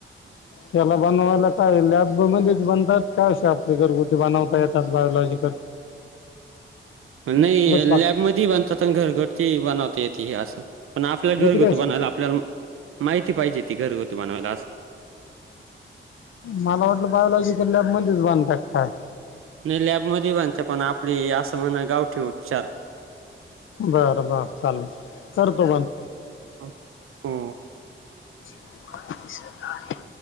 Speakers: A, on the left; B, on the right.
A: त्याला बनवायला काय लॅबमध्येच बनतात काय... अशे आपले घरगुती बनवता येतात बायोलॉजीकल?
B: <unintelligible> नई...
A: लागतात
B: लॅबमध्ये बनतात अन घरगुती बनवता येती असं पण आपल्या घरगुती
A: काय अशी
B: बनवायला आपल्याला माहिती पाहिजे ती घरगुती बनवायला असल
A: मला वाटलं बायोलॉजीकल लॅब मध्येच बनतात काय
B: नाही लॅबमध्ये बनत्या पण आपली असं म्हणायला गावठी उपचार
A: बरं बर चालल चालल करतो बंद
B: हो.. हो.
A: <unintelligible> दिसत आहे.